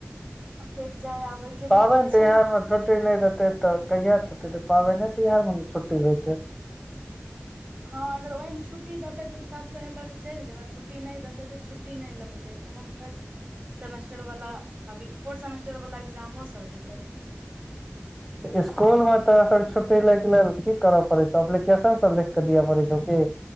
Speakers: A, on the right; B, in the centre.
A: आ फेर जाइ आबैयके
B: पाबनि
A: भी रहै
B: तिहार
A: छै ने
B: मे छुट्टी नहि देतै तऽ कहिया छुट्टी देतै पाबनि तिहारमे ने छुट्टी होइ छै <inaudible>
A: हाँ अगर ओहिमे छुट्ट- -ट्टी देतै तब तऽ हेतै तऽ चलि जेबै आ छुट्टी नहि देतै तऽ छुट्टी नहि लेबै कियाकि हमर थर्ड- -सेमेस्टर वला अभी फोर्थ सेमेस्टर वला एग्जामो सब हेतै
B: तऽ इस्कूलमे तोरा सभके छुट्टी लैके लेल की करऽ पड़ै छौ एप्लीकेशनसभ लिखि कऽ दिअ पड़ै छौ की